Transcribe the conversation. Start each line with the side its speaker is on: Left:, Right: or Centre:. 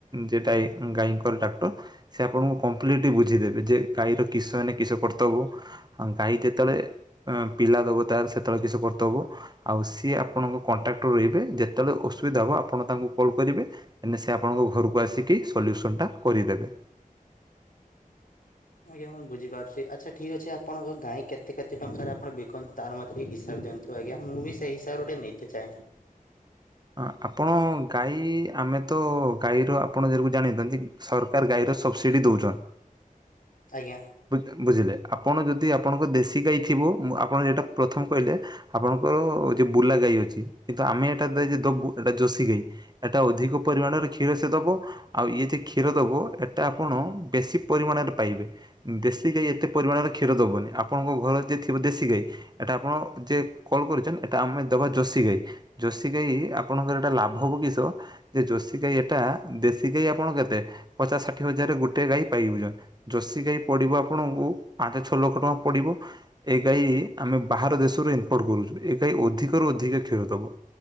Right: ଯେଟା ଗାଈଙ୍କର ଡାକ୍ଟର ସେ ଆପଣଙ୍କୁ କମ୍ପ୍ଲିଟଲି ବୁଝିଦେବେ ଯେ ଗାଈର କିଶ ହେନ କିସ କର୍ତ୍ତବ୍ୟ ଆ ଗାଈ ଯେତେବେଳେ ପିଲା ଦବ ତାର ସେତେବେଳେ କିଛି କର୍ତବ। ଆଉ ସିଏ ଆପଣଙ୍କ କଣ୍ଟାକ୍ଟରୁ ରହିବେ ଯେତେବେଳେ ଅସୁବିଧା ହେବ ଆପଣ ତାଙ୍କୁ କଲ୍ କରିବେ। ସେ ଆପଣଙ୍କ ଘରକୁ ଆସିକି ସଲ୍ୟୁସନ ଟା କରିଦେବେ।
Left: ଆଜ୍ଞା ମୁଁ ବୁଝିପାରୁଛି ଆଚ୍ଛା ଠିକ୍ ଅଛି ଆପଣଙ୍କ ଗାଈ କେତେ କେତେ ଟଙ୍କାରେ ଆପଣ ବିକନ୍ତି ତାର ମୋତ ଟିକ ହିସାବ ଦିଅନ୍ତୁ। ଆଜ୍ଞା ମୁଁ ବି ସେଇ ହିସାବରେ ଟିକେ ନେଇେତେ ଚାହେଁ।
Right: ହ ଆପଣ ଗାଈ ଆମେ ତ ଗାଈର ଆପଣ ଯକୁ ଜାଣିଥାନ୍ତି ସରକାର ଗାଈର ସବସିଡ଼ି ଦେଉଛନ୍
Left: ଆଜ୍ଞା।
Right: ବୁଝି ବୁଝିଲେ ଆପଣ ଯଦି ଆପଣଙ୍କ ଦେଶୀ ଗାଈ ଥିବ ମୁଁ ଆପଣ ଯେଟା ପ୍ରଥମେ କହିଲେ। ଆପଣଙ୍କର ଯିଏ ବୁଲା ଗାଈ ଅଛି କିନ୍ତୁ ଆମେ ଏଟା ଦବୁ ଏଟା ଯୋଶୀ ଗାଈ। ଏଟା ଅଧିକ ପରିମାଣରେ କ୍ଷୀର ସେ ଦବ। ଆଉ ଇଏ ଯେ କ୍ଷୀର ଦବ ଏଟା ଆପଣ ବେଶୀ ପରିମାଣରେ ପାଇବେ। ଦେଶୀ ଗାଈ ଏତେ ପରିମାଣର କ୍ଷୀର ଦବନି ଆପଣଙ୍କ ଘର ଯେ ଥିବ ଦେଶୀ ଗାଈ। ଏଟା ଆପଣ ଯେ କଲ୍ କରିଛନ୍ତି ଏଟା ଆମେ ଦବା ଜୋସି ଗାଈ। ଯୋଶୀ ଗାଈ ଆପଣଙ୍କର ଏଟା ଲାଭ ହେବ କିିସ। ଯେ ଯୋଶୀ ଗାଈ ଏଟା ଦେଶୀ ଗାଈ ଆପଣ କେତେ ପଚାଶ ଷାଠିଏ ହଜାରରେ ଗୋଟେ ଗାଈ ପାଇବେ। ଯୋଶୀ ଗାଈ ପଡିବ ଆପଣଙ୍କୁ ପାଞ୍ଚ ଛଅ ଲକ୍ଷ ଟଙ୍କା ପଡିବ। ଏ ଗାଈ ଆମେ ବାହାର ଦେଶରୁ ଇନପୋର୍ଟ କରୁଛୁ ଏ ଗାଈ ଅଧିକରୁ ଅଧିକ କ୍ଷୀର ଦବ।